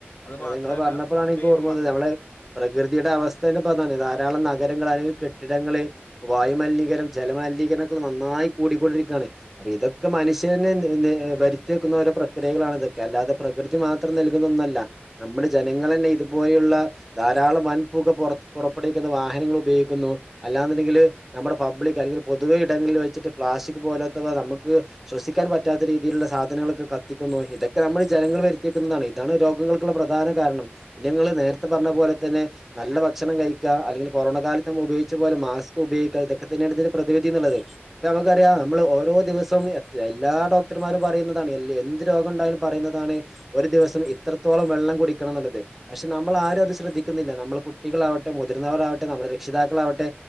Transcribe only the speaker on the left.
അത്
മാത്രല്ല
ഇപ്പ
ഈ
മ